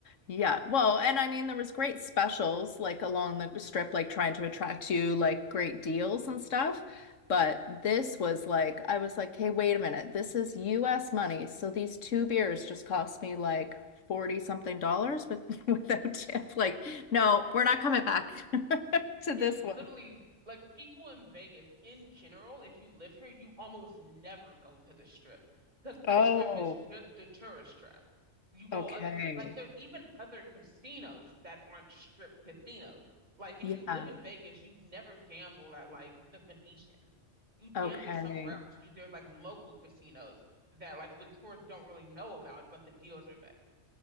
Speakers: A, on the left (about 80°); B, on the right (about 35°).
A: Yeah. Well, and I mean, there was great specials like along the strip, like trying to attract you like great deals and stuff. But this was like, I was like, hey, wait a minute. This is US money. So these two beers just cost me like 40 something dollars with <laughs> without tip. Like, no, we're not coming back <laughs> to
B: Yeah,
A: this
B: literally,
A: one.
B: like people in Vegas in general, if you live here, you almost never go to the strip because the
A: Oh,
B: strip is just the tourist trap. You go
A: okay.
B: other, like, there's even other casinos that aren't strip casinos. Like, if
A: Yeah.
B: you live in Vegas, you'd never gamble at like the Venetian. You'd gamble
A: Okay.
B: somewhere else. You there's like local casinos that like the tourists don't really know about, but the deals are better.